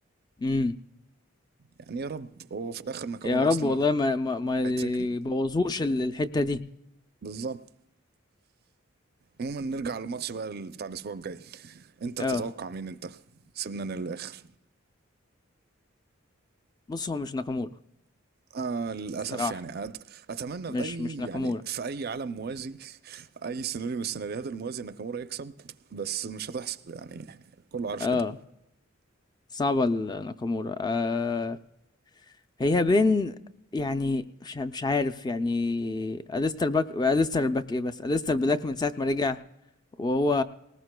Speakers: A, on the left; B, on the right.
A: إمم،
B: يعني يا رب هو في الاخر ناكامورا
A: يا رب
B: اصلا
A: والله ما ما ما يبوظوش
B: هيتركن
A: ال الحتّة دي،
B: بالظبط عموما نرجع للماتش بقى بتاع الاسبوع الجاي انت تتوقع
A: آه،
B: مين انت سيبنا للاخر
A: بُص هو مش ناكامورا
B: آه للأسف
A: الصراحة،
B: يعني أت... أتمنى
A: مش
B: بأي
A: مش ناكامورا،
B: يعني في أي عالم موازي <laughs> أي سيناريو من السيناريوهات الموازي ناكامورا يكسب بس مش هتحصل يعني كله عارف
A: آه،
B: كده
A: صعبة ال ناكامورا، آآ، هي بين يعني مش مش عارف يعني أليستر باك أليستر باك إيه بس، أليستر بلاك من ساعة ما رجع وهو